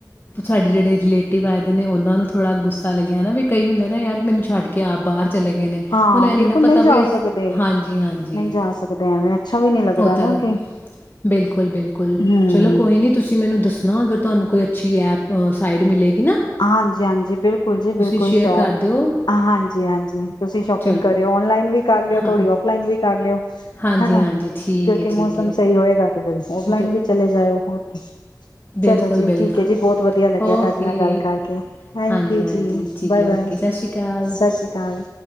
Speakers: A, on the left; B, on the left.
A: ਸਾਡੇ ਜਿਹੜੇ ਰਲੇਟ ਪ ਪਾਏਦੇ ਨੇ ਉਹਨਾਂ ਨੂੰ ਥੋੜਾ ਗੁੱਸਾ ਲੱਗਿਆ ਹਨਾ ਵੀ ਕਈ ਹੁੰਦੇ ਨਾ ਯਾਰ ਮੈਨੂੰ ਛੱਡ ਕੇ ਆਪ ਬਾਹਰ ਚਲੇ ਗਏ ਨੇ
B: ਹਾਂ
A: ਹੁਣ ਇਹ
B: ਬਿਲਕੁਲ
A: ਨ ਨਾ ਪਤਾ
B: ਨਹੀਂ ਜਾ
A: ਵੀ
B: ਸਕਦੇ
A: ਹਾਂਜੀ ਹਾਂਜੀ
B: ਨਹੀਂ ਜਾ ਸਕਦੇ ਐਵੇਂ ਅੱਛਾ ਵੀ ਨਹੀਂ ਲੱਗਦਾ
A: ਉਹ ਤਾਂ
B: ਨਾ
A: ਗੱਲ
B: ਕਿ
A: ਬਿਲਕੁਲ ਬਿਲਕੁਲ
B: ਹੂੰ
A: ਚਲੋ ਕੋਈ ਨੀ ਤੁਸੀਂ ਮੈਨੂੰ ਦੱਸਣਾ ਅਗਰ ਤੁਹਾਨੂੰ ਕੋਈ ਅੱਛੀ ਐਪ ਸਾਈਡ ਮਿਲੇਗ
B: ਹਾਂਜੀ ਹਾਂਜੀ ਬਿਲਕੁਲ ਜੀ ਬਿਲਕੁਲ
A: ਸ਼ੇਅਰ
B: ਸ਼ੋਰ
A: ਕਰ ਦਿਓ।
B: ਹਾਂਜੀ ਹਾਂਜੀ ਤੁਸੀਂ ਸ਼ੋਪਿੰਗ
A: ਚਲੋ,
B: ਕਰਿਓ ਔਨਲਾਈਨ ਵੀ ਕਰ ਲਿਓ
A: ਹਾਂ
B: ਥੋਡੀ ਓਫਲਾਈਨ ਵੀ ਕਰ ਲਿਓ
A: ਹਾਂਜੀ,
B: ਹੈਨਾ
A: ਹਾਂਜੀ ਠੀਕ
B: ਕਿਉਂਕਿ
A: ਹੈ, ਠੀਕ
B: ਮੌਸਮ
A: ਹੈ।
B: ਸਹੀ ਹੋਏਗਾ ਤੇ ਫੇਰ ਔਫਲਾਈਨ
A: ਬਿ
B: ਵੀ ਚਲੇ ਜਾਇਓ ਹੋਰ ਚਲੋ
A: ਬਿਲਕੁਲ,
B: ਜੀ
A: ਬਿਲਕੁਲ।
B: ਠੀਕ ਏ ਜੀ ਬਹੁਤ ਵਧੀਆ ਲੱਗਿਆ
A: ਓਕੇ।
B: ਤੁਹਾਡੇ ਨਾਲ ਗੱਲ ਕਰਕੇ ਥੈਂਕੂ
A: ਹਾਂਜੀ, ਹਾਂਜੀ
B: ਜੀ
A: ਠੀਕ
B: ਬਾਏ
A: ਹੈ,
B: ਬਾਏ
A: ਓਕੇ।
B: ਸਤਿ
A: ਸ਼੍ਰੀ ਅਕਾਲ।
B: ਸ਼੍ਰੀ ਅਕਾਲ